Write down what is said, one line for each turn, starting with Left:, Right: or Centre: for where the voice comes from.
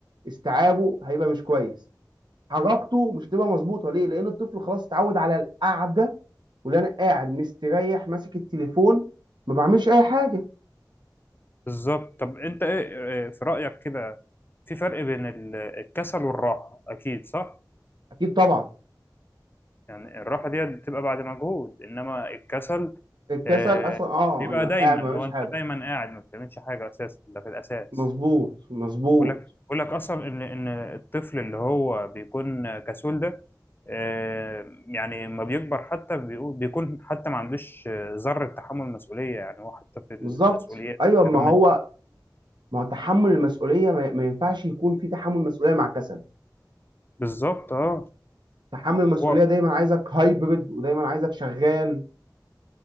Right: استيعابه هيبقى مش كويس حركته مش هتبقى مظبوطه ليه؟ لان الطفل خلاص اتعود على القعده واللي انا قاعد مستريح ماسك التليفون ما بعملش اي حاجه
Left: بالظبط طب انت ايه إيه في رأيك كده في فرق بين ال- الكسل والراحة اكيد صح
Right: اكيد طبعا
Left: يعني الراحة دي بتبقى بعد مجهود انما الكسل
Right: الكسل
Left: آه،
Right: اصلا اه
Left: بيبقى
Right: انا
Left: دايما
Right: قاعد ما بعملش
Left: هو انت
Right: حاجه
Left: دايما قاعد ما بتعملش حاجة اساسا ده في الاساس
Right: مظبوط مظبوط
Left: بقول لك بقول لك اصلا ان ان الطفل اللي هو بيكون كسول ده آه، يعني لما بيكبر حتى بيقول- بيكون حتى ما عندوش آه، ذرة تحمل مسؤولية يعني هو حتى في المسؤوليات
Right: بالظبط ايوه ما
Left: الكلام
Right: هو
Left: من
Right: ما هو تحمل المسؤوليه ما, ما ينفعش يكون في تحمل مسؤوليه مع كسل
Left: بالظبط اه
Right: تحمل المسؤوليه
Left: هو
Right: دايما عايزك هايبرد ودايما عايزك شغال